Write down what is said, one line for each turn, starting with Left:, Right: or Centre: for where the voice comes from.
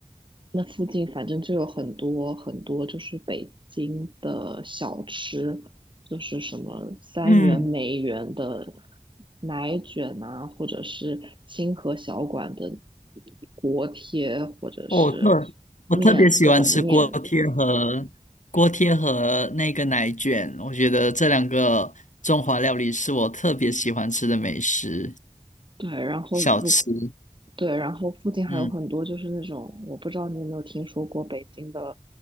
Right: 那附近反正就有很多很多，就是北京的小吃，就是什么三元、
Left: 嗯，
Right: 梅园的奶卷呐，或者是清河小馆的锅贴，或者是
Left: 哦，特我特别喜欢吃锅贴和锅贴和那个奶卷，
Right: 面，各种面。
Left: 我觉得这两个中华料理是我特别喜欢吃的美食
Right: 对，然后如
Left: 小吃。
Right: 对，然后附近还有很多就是那种，
Left: 嗯
Right: 我不知道你有没有听说过北京的